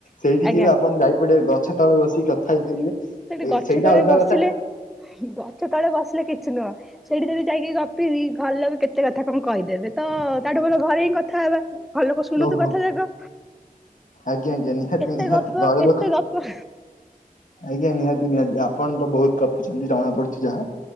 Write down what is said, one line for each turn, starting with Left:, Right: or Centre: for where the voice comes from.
Left: ସେଇଠିକି
Centre: ଆଜ୍ଞା।
Left: ବି ଆପଣ ଯାଇପଡେ ଗଛ ତଳେ ବସିକି କଥା ହେଇପାରିବେ।
Centre: ସେଠି
Left: ଏ
Centre: ଗଛ
Left: ସେଇଟା
Centre: ତଳେ
Left: ଅଲଗା
Centre: ବସିଲେ
Left: କଥା
Centre: ଗଛ ତଳେ ବସିଲେ କିଛି ନୁହଁ ସେଇଠି ଯଦି ଯାଇକି ଗପିବି ଘର ଲୋକ କେତେ କଥା କଣ କହିଦେବେ ତ ତାଠୁ ଭଲ ଘରେ ହିଁ କଥା ହେବା। ଘରଲୋକ ଶୁଣନ୍ତୁ
Left: ଓହୋ
Centre: କଥା ଯାକ।
Left: ଆଜ୍ଞା ଆଜ୍ଞା ନିହାତି
Centre: ଏତେ
Left: ନିହାତି
Centre: ଗପ
Left: ଘର
Centre: ଏତେ
Left: ଲୋକ
Centre: ଗପ
Left: ଆଜ୍ଞା ନିହାତି ନିହାନ୍ତି ଆପଣ ତ ବହୁତ କପୁଛନ୍ତି ଜଣା ପଡୁଛି ଯାହା